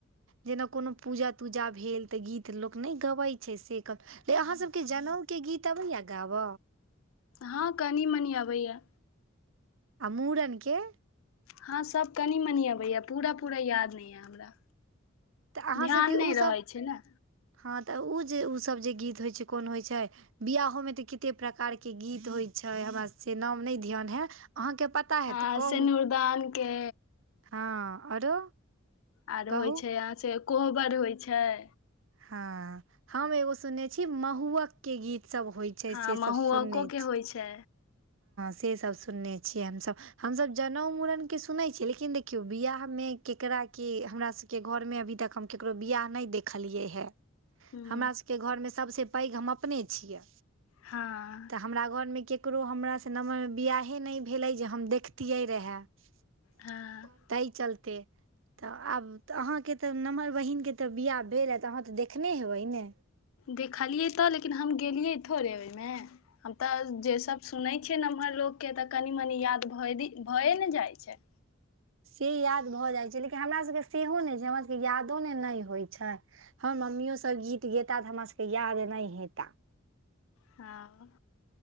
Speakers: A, on the right (about 70°); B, on the left (about 90°).
A: जेना कोनो पूजा तूजा भेल तऽ गीत लोक नय गबैत छै से क ल अहाँ सभके जनउ के गीत अबै या गाब
B: हँ कनि मनि अबैए
A: आ मूड़न के
B: हँ सभ कनि मनि अबैएा पूरा पूरा याद नय यए हमरा
A: तऽ अहाँसभके
B: ध्यान नय
A: ओसभ
B: रहै छै न
A: हँ तऽ ऊ जे ऊ सब जे गीत होइ छैय कोन होइ छैय बियाहो में तऽ कते प्रकार के गीत होइ छैय हमरा से नाम नय ध्यान है अहाँके पता पता है
B: हँ
A: तऽ कहू
B: सिनूरदान के
A: हँ आरो
B: आरो
A: कहू
B: होइ छै यहाँ सँ कोहबर होइ छय
A: हँ हम एगो सुनने छी महुअक के गीत सब होय से
B: हँ
A: सब
B: महुआको
A: सुनने
B: के
A: छि
B: होइ छै
A: से सब सुनने छिय हम सभ हमसभ जनेउ मुड़न के सुनै छियै लेकिन देखियौ बियाह मे केकरा के हमरा सब के घर मे अभी तक हम ककरो बियाह नय देखलियै हे
B: हूँ
A: हमरा सबके घर मे सबसे पैघ हम अपने छियै
B: हँ
A: तऽ हमरा घर मे ककरो हमरा से नमहर बियाहे नय भेलै जे हम देखतियै रहै <inaudible>
B: हँ
A: तय चलते तऽ आब तऽ अहाँके तऽ नम्हर बहीन के तऽ बियाह भेलए तऽ अहाँ तऽ देखने हेबै ने
B: देखलियै तऽ लेकिन हम गेलियै थोड़े ओईमे हम तऽ जे सब सुनै छियै नम्हर लोग के तऽ कनि मनी याद भए भए ने जाइ छै
A: से याद भऽ जाइ छै लेकिन हमरा सब के सेहो नय छै हमरा सब के यादो ने नय होइ छै हमर मम्मियो सब गीत गेता तऽ हमरा सब के याद नय हेता
B: हँ